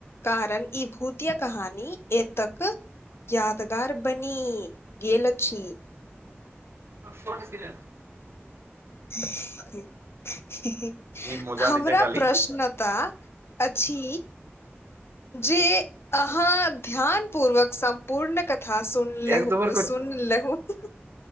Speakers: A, on the left; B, on the right.
A: कारण ई भूतिया कहानी एतक यादगार बनि गेल छै
B: कठ छल
A: <unintelligible>
B: ई मजा
A: हमरा
B: लै छै खाली
A: प्रश्नता अछि जे अहाँ ध्यान पूर्वक सम्पूर्ण क कथा सुन लेहु
B: एक दू बेर
A: सुन लेहुथ